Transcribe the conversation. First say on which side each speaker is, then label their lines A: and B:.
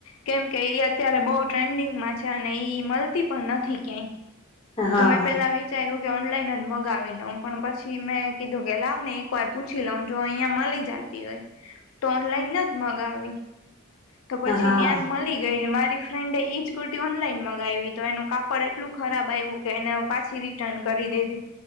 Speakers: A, on the left (about 75°); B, on the left (about 25°).
A: કેમ કે ઈ અત્યારે બોઉ ટ્રેન્ડિંગમાં છે અને ઈ મલતી પન નથી ક્યાંય
B: હા
A: તો મેં
B: હા
A: પેલા વિચાર્યું ઓનલાઈન જ મગાવી લઉ પણ પછી મેં કીધું કે લાવ ને એક વાર પૂછી લઉ જો અહંયા મલી જા જતી હોય તો ઓનલાઈન નજ મગાવી તો પછી
B: હા
A: ઈયા જ મલી ગઈને મારે મારી ફ્રેન્ડે એ જ કુર્તી ઓનલાઈન મગાવી તો એનું કાપડ એટલું ખરાબ આવ્યું કે એને પાછી રિટર્ન ક કરી દીધી